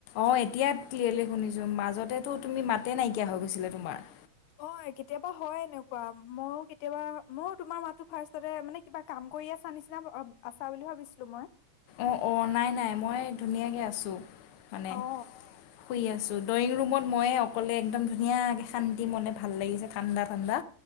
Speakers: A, on the left (about 65°); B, on the left (about 85°).
A: অ এতিয়া ক্লিয়াৰলি শুনিছো মাজতেতো তুমি মাতে নাইকিয়া হৈ গৈছিলে তোমাৰ
B: অ কেতিয়াবা হয় এনেকুৱা মইো কেতিয়াবা মইো তোমাৰ মাতো ফাষ্ট তে মানে কিবা কাম কৰি আছা নিচিনা আছা বুলি ভাবিছিলো মই
A: অ অ নাই নাই মই ধুনীয়াকে আছোঁ মানে
B: অ
A: শুই আছো ড্ৰয়িং ৰুমত ময় অকলে একদম ধুনীয়াকৈ শান্তি মনে ভাল লাগিছে ঠাণ্ডা ঠাণ্ডা